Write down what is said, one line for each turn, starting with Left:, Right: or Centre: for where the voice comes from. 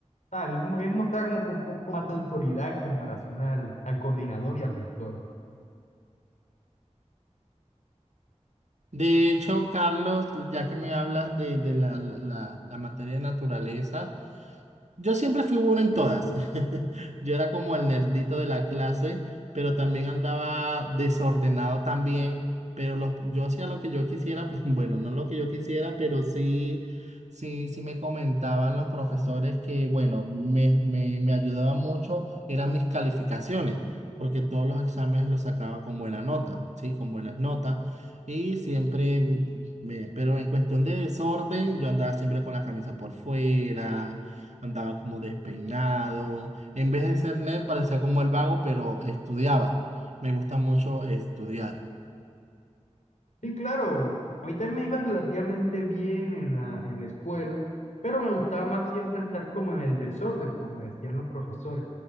Left: O él, él mostraba como que un poco más de autoridad en comparación al, al coordinador y al rector.
Right: De hecho, Carlos, ya que me hablas de, de la, la la materia de naturaleza, Yo siempre fui bueno en todas. <laughs> Yo era como el nerdito de la clase, pero también andaba desordenado también, pero los, yo hacía lo que yo quisiera, <laughs> bueno, no lo que yo quisiera, pero sí, sí, sí me comentaban los profesores que, bueno, me, me, me ayudaba mucho, eran mis calificaciones, porque todos los exámenes los sacaba con buena nota, ¿sí? Con buenas notas. Y siempre mm, me, pero en cuestión de desorden, yo andaba siempre con la camisa por fuera andaba como despeinado. En vez de ser nerd, parecía como el vago, pero estudiaba. Me gusta mucho estudiar.
Left: Sí, claro. A mí también me iba relativamente bien en la, en la escuela, pero me gustaba más siempre estar como en el desorden, como decían los profesores.